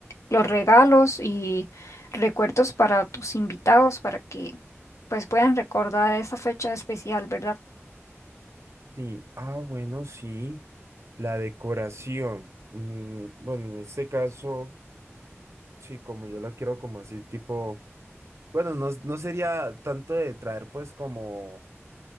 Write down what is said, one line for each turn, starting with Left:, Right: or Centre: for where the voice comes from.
Left: los regalos y recuerdos para tus invitados para que pues puedan recordar esa fecha especial, ¿verdad?
Right: sí. Ah, bueno, sí. La decoración. Mm, bueno, en este caso, sí, como yo la quiero como así, tipo, bueno, no, no sería tanto de traer pues como,